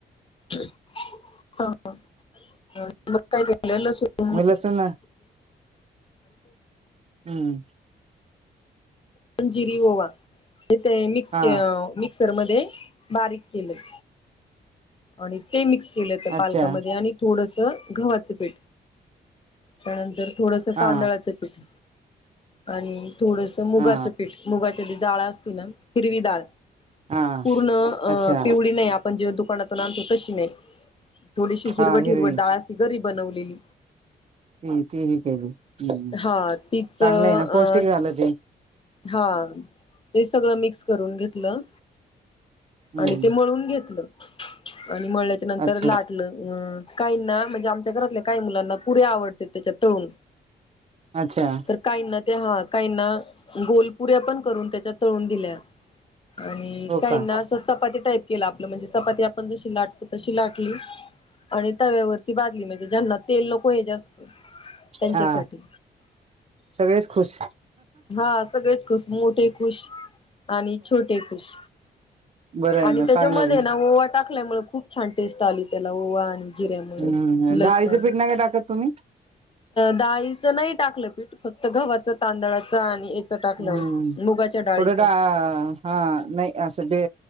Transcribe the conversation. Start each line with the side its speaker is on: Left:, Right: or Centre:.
Left: ह ह काय काय लसूप
Right: मग लसूण हम्म
Left: ंजिरी ओवा यथे मिक्स
Right: हा
Left: मिक्सर मध्ये बारीक केले आणि ते मिक्स केलं होत
Right: अच्छा
Left: पालकामध्ये आणि थोडस गव्हाचं पीठ त्यानंतर थोडस
Right: हा
Left: तांदळाचं पीठ आणि थोडस मुगाचं
Right: हा
Left: पीठ मुगाच्याडळळा असत हिरवी दाळ
Right: हा
Left: पूर्ण
Right: अच्छा
Left: पिवली नाही आपण जे दुकाना तो तशी नाही थोडीशी हिरवट
Right: हा हिरवी
Left: हिरवट डाळ त गरी बनवलेली
Right: त तीही केली हम्
Left: हा
Right: चांगलं
Left: तीच अ
Right: आहे ना पौष्टिक झालं ते
Left: हा ते सगळं मिक्स करून घेतलं
Right: हम्म
Left: आणि ते मळून घेतलं. आणि मळल्याच्या नंतर
Right: अच्छा
Left: लाटलं काहींना म्हणजे आमच्या घरातल्या काही मुलांना पुरे आवड त्याच्या तळून
Right: अच्छा
Left: तर काहींना ते हा काहींना गोलपुऱ्या पण करून त्याच्यात तळून दिल्या आणि
Right: हो
Left: काहींना
Right: का
Left: असं चपाती टाईप केला आपलं म्हणजे चपाती आपण जशी लाटतो तशी लाटली. आणि तव्यावरती बाजली म्हणजे ज्यांना तेल लोको हे जास्त त्यांच्यासाठी
Right: हा सगळेच खुश
Left: हा सगळेच खुश मोठे खुश आणि छोटे खुश.
Right: बरं आहे
Left: आणि
Right: ना
Left: त्याच्यामध्ये
Right: चांगलं आहे
Left: ना ओवा टाकल्यामुळे खूप छान टेस्ट आली त्याला ओवा आणि जिरेमुळेळ
Right: हम्म
Left: लसूण
Right: डाळीचं पीठ नाही का टाकत तुम्ही
Left: डाळीच नाही टाकलं पीठ फक्त गव्हाचं तांदळाचं आणि याच टाकलं
Right: हम्म
Left: मुग चाळीस.
Right: थोडं डा हा नाही असं ते